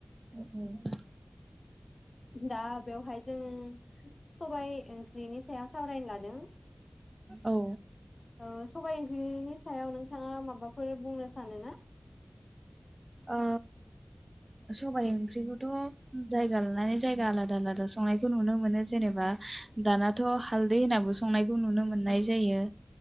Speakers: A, on the right; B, on the left.
A: अ अ
B: दा बेवहाय जोङो सबाय ओंख्रिनि सायाव सावरायनो लादों
A: औ
B: ओ सबाय ओंख्रिनि सायाव नोंथाङा माबाफोर बुंनो सानो ना?
A: ओ सबाय ओंख्रिखौथ' जायगा लानानै जायगा आलादा आलादा संनायखौ नुनो मोनो जेनेबा दानाथ' हालदै होनाबो संनायखौ नुनो मोननाय जायो।